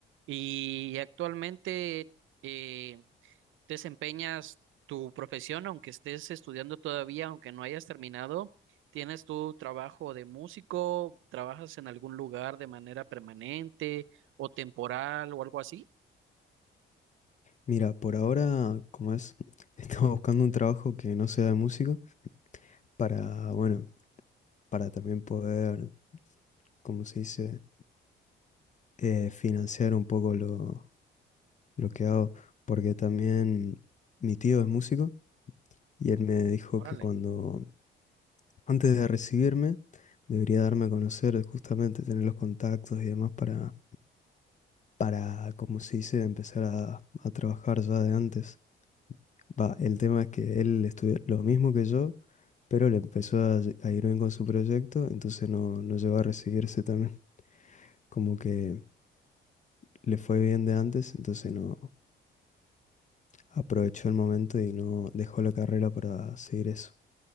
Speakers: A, on the right; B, on the left.
A: ¿Y actualmente eh, desempeñas tu profesión, aunque estés estudiando todavía, aunque no hayas terminado? ¿Tienes tu trabajo de músico? ¿Trabajas en algún lugar de manera permanente o temporal o algo así?
B: Mira, por ahora, como es, <laughs> estaba buscando un trabajo que no sea de músico para, bueno, para también poder, como se dice, eh, financiar un poco lo, lo que hago, porque también mi tío es músico. Y él me dijo
A: Órale.
B: que cuando Antes de recibirme, debería darme a conocer, justamente tener los contactos y demás para, para, como se dice, empezar a, a trabajar ya de antes. Va, el tema es que él estudió lo mismo que yo, pero le empezó a, ll- a ir bien con su proyecto, entonces no, no llegó a recibirse también. <laughs> Como que le fue bien de antes, entonces no aprovechó el momento y no dejó la carrera para seguir eso.